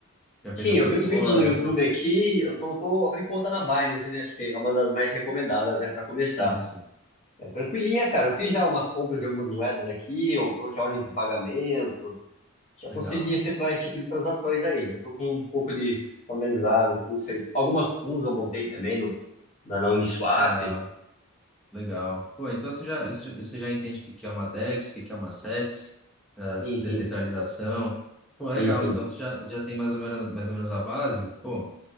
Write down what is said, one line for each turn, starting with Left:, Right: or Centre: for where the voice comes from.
Centre: já fez
Left: Sim,
Centre: algum
Left: eu
Centre: depósito?
Left: vi uns vídeos no YouTube aqui. Eu tô, tô abrindo conta na Binance, né? Acho que é uma das mais recomendadas, né, pra começar.
Centre: Sim, sim,
Left: É tranquilinha, cara. Eu fiz já umas compras de algumas moedas aqui. Eu coloquei ordens de pagamento. Já
Centre: legal,
Left: consegui efetuar esse tipo de transações aí. Já estou com um pouco de familiarizado com isso aí. Algumas pools eu montei também no, na, na Uniswap.
Centre: legal, legal. Pô, então você já, você você já entende o que que é uma DEX, o que que é uma SEX, a
Left: Sim,
Centre: descentralização.
Left: sim,
Centre: Pô, legal,
Left: sim, sim.
Centre: então você já, já tem mais ou menos, mais ou menos a base, pô.